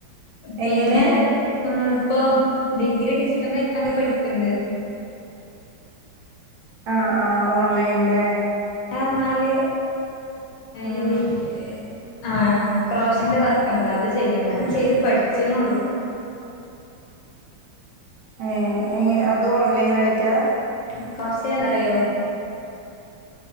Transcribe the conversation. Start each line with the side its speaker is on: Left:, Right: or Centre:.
Left: പിന്നെ
Right: എങ്ങനെ
Left: ഇപ്പൊ ഡിഗ്രി ഡിസ്റ്റന്റ് ആക്കാണ്ട് പഠിക്കണ്ട്
Right: ആഹ് ആഹ് ഓൺലൈൻലേ
Left: റഞ്ഞാല്
Right: ഉം
Left: ഈ ആഹ് ക്രോഷന്റെ വർക്ക്ണ്ടല്ലോ അത് ചെയ്യണ്ട അത് ചെയ്ത് പഠിച്ച്ന്നെള്ളു
Right: ഉം ഇനി അതും ഓൺലൈനായിടാ
Left: <unintelligible> അറിയോ